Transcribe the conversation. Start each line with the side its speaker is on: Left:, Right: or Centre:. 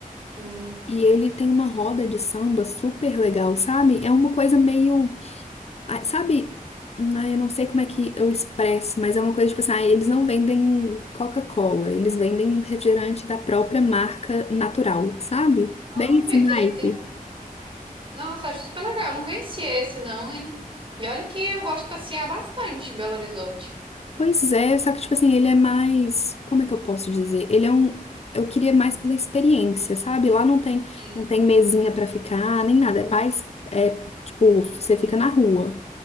Right: Hum,
Left: E ele tem uma roda de samba super legal, sabe? É uma coisa meio Ah, sabe? Hum, Ah, eu não sei como é que eu expresso, mas é uma coisa tipo assim, ah, eles não vendem Coca-Cola, eles vendem refrigerante da própria marca natural, sabe?
Right: Olha,
Left: Bem esse naipe.
Right: que legal. Nossa, acho super legal. Não conhecia esse, não, hein? E olha que eu gosto de passear bastante em Belo Horizonte.
Left: Pois é, só que tipo assim, ele é mais, como é que eu posso dizer? Ele é um, eu queria mais pela experiência, sabe? Lá não tem,
Right: e-
Left: não tem mesinha pra ficar, nem nada, é mais, é, tipo, você fica na rua.